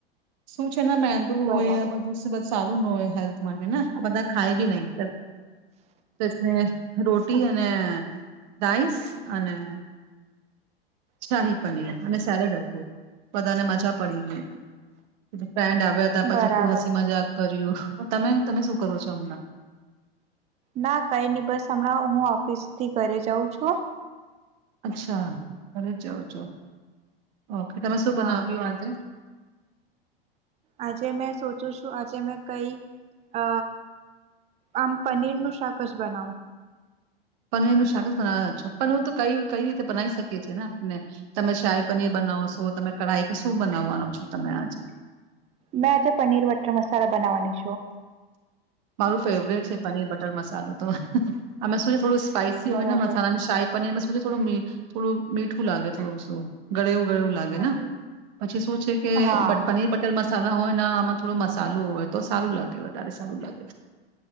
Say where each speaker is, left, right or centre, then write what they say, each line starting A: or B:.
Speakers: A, on the right; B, on the right.
A: સું ના મંદુ
B: બરાબર
A: હોય બધું. સારું ન હોય હેલ્થ માટે ને આ બધા ખાય બી નહિ તેજ ને. રોટી
B: હા
A: અને રાઇસ અને. શાહી પણ અને સેલેડ હત બધાને મજા પડી ગઈ ફ્રેન્ડ આવ વે તા પછી
B: બરાબર
A: ખુબ હસી મજાક કર્યું તમે તમે શું કરો છો? હમણાં.
B: ના કઈ નહી બસ હમણાં હું ઓફિસ થી ઘરે જાઉં છું.
A: અચ્છા ઘરે ચ જાવો છો. ઓકે તમે શું બનાવ્યું
B: હા
A: આજે?
B: આજે મેં સોચું છું આજે મેં કઈ અ આમ પનીર નું શાક જ બનાવું.
A: પનીર ન શાકસ બનાવાના છે પર તો કઈ કઈ રીતે બનાવી શકીએ ને આપને તમે શાહી પનીર બનાવશો તમે કળાઈ પર શું બનાવવાનો છો તમે આજે?
B: મેં આજે પનીર વટર મસાલા બનાવાની
A: મારું ફેવરેટ છે પનીર બટ ટર મસાલો તો અમા શું ને થોડું સ્પાઈસી
B: બરાબર
A: હોય ને મસલાની શાહી પનીરમાં સુ છે થોડુ મીટ થોડું મીઠું લાગે થોડું શું ગળેવું ગળેવું લાગે ને પછી શું છે કે
B: હા
A: પનીર બ બટર મસા સાલા હોય ને આમાં થો મસાલું હોય તો સારું લાગે વધારે સારું લાગે.